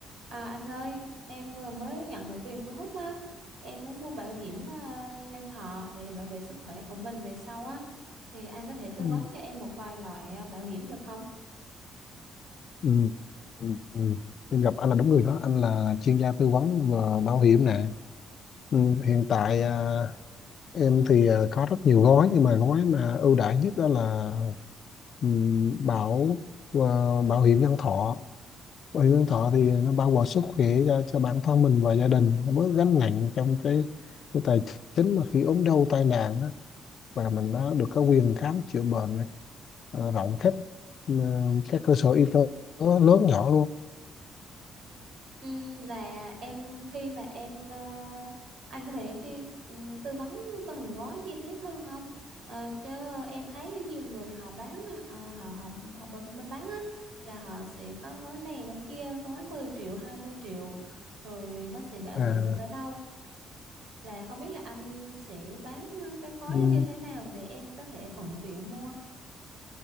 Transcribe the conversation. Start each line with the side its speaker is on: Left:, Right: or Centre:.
Right: À, anh ơi, em vừa mới nhận được tiền thu hút á. Em muốn mua bảo hiểm à, nhân thọ để bảo vệ sức khỏe của mình về sau á. Thì anh có thể tư
Left: Ừ.
Right: vấn cho em một vài loại à, bảo hiểm được không?
Left: ừ. Ừ. ừ. Em gặp anh là đúng người đó anh là chuyên gia tư vấn về bảo hiểm nè ừ. Hiện tại à, em thì à, có rất nhiều gói nhưng mà gói mà ưu đãi nhất đó là ừ, bảo à, bảo hiểm nhân thọ bảo hiểm nhân thọ thì nó bao gồm sức khỏe cho, cho bản thân mình và gia đình nó bớt gánh nặng trong cái, cái tài chính mà khi ốm đau tai nạn á và mình nó được có quyền khám chữa bệnh à, rộng khắp ừ, các cơ sở y tế lớn nhỏ luôn
Right: Ừm, là em khi mà em à, anh có thể chi, ừm, tư vấn từng gói chi tiết hơn không? Ờ, chứ em thấy nhiều người họ bán á, ờ, họ họ họ b- bán á là họ sẽ có gói này gói kia gói 10 triệu 20 triệu rồi nó sẽ bảo
Left: à,
Right: vệ mình tới đâu là không biết là anh sẽ bán ờ, các gói
Left: ừ,
Right: đó như thế nào để em có thể thuận tiện mua